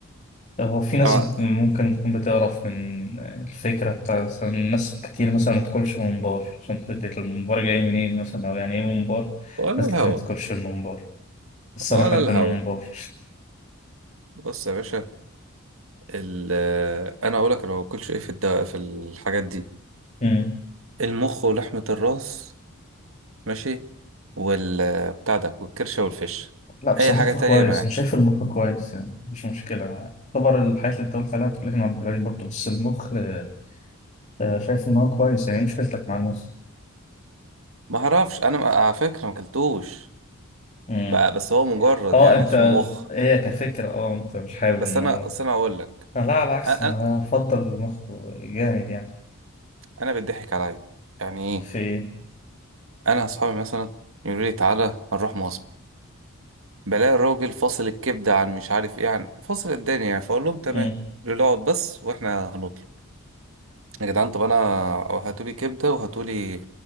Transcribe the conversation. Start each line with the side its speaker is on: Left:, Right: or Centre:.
Left: هو في ناس
Right: انا
Left: ممكن تكون بتعرف من الفكرة بتاع مثلا ناس كتير مثلا ما تاكلش ممبار عشان فكرة الممبار جاي منين مثلا او يعني ايه ممبار
Right: ولا
Left: ناس كتير
Right: الهوا
Left: ما تاكلش الممبار بس
Right: ولا
Left: انا احب
Right: الهوا
Left: الممبار
Right: بص يا باشا ال انا اقول لك انا ما باكلش ايه في الد... في الحاجات دي
Left: <laughs> مم.
Right: المخ ولحمه الراس ماشي وال بتاع ده والكرشه والفش
Left: لا بس
Right: اي
Left: المخ
Right: حاجه تانية
Left: كويس
Right: معاك
Left: انا شايف المخ كويس يعني مش مشكلة معاه طبعا الحاجات اللي بتقول عليها ما تاكلهاش ما باكلهاش برضه بس المخ آه، آه، شايف ان هو كويس يعني إيه مشكلتك مع المخ
Right: ما اعرفش انا ما- على فكره ما اكلتوش
Left: مم.
Right: بقى- بس هو مجرد
Left: اه
Right: يعني
Left: انت
Right: اسمه مخ
Left: هي كفكرة اه انت مش حابب
Right: بس
Left: الموضوع
Right: انا اصل انا اقول لك
Left: أنا لا على العكس
Right: انا
Left: انا
Right: انا
Left: بفضل
Right: آه.
Left: المخ جامد يعني
Right: أنا بيضحك عليا يعني
Left: في
Right: ايه انا اصحابي مثلا يقولوا لي تعالى نروح مصر بلاقي الراجل فاصل الكبده عن مش عارف ايه عن فاصل الدنيا يعني فاقول لهم تمام
Left: مم.
Right: يقولوا لي اقعد بس واحنا هنطلع يا جدعان طب انا أو هاتولي كبده وهاتولي